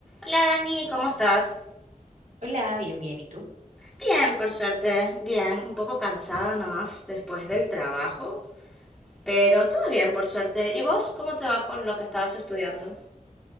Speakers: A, in the centre; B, on the right.
A: Hola Dani, ¿cómo estás?
B: Hola, bien, bien. ¿Y tú?
A: Bien, por suerte, bien, un poco cansada nomás después del trabajo, pero todo bien, por suerte. ¿Y vos cómo te va con lo que estabas estudiando?